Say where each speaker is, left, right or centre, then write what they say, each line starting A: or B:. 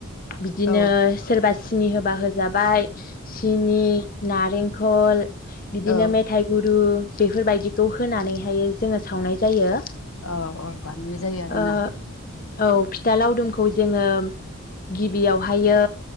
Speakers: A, on the left (about 40°); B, on the left (about 70°).
A: बिदिनो
B: औ
A: सोरबा सिनि होबा होजाबाय सिनि नार रिंखल बिदिनो
B: औ
A: मेथाइ गुरु बेफोरबायदिखौ होनानैहाय जोङो सावनाय जायो।
B: औ औ बानायनाय जायो आरोना।
A: ओ औ फिथा लावदुमखौ जोङो गिबियावहायो